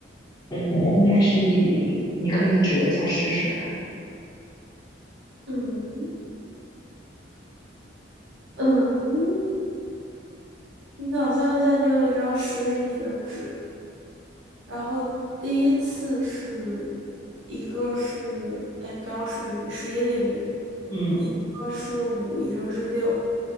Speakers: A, on the left; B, on the right.
A: 嗯，应该是一厘米，你可以折一下试试看。
B: 嗯嗯，你想象一下，你有一张十厘米的纸。然后第一次是一个是哎不要十厘米，十一厘米，
A: 嗯。
B: 一个是五，一个是六。